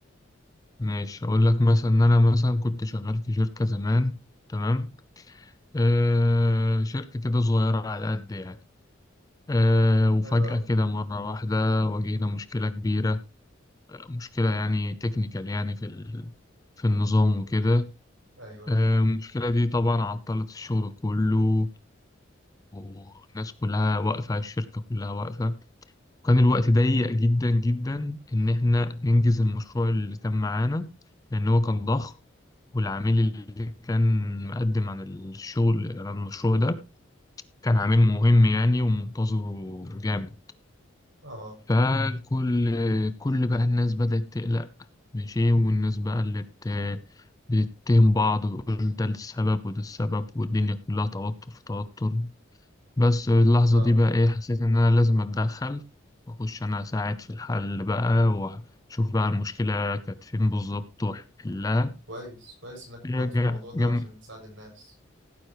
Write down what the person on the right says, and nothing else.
حلو قوي
ايوه ايوه
اه
اه
كويس كويس انك فكرت
في الموضوع ده
عشان تساعد الناس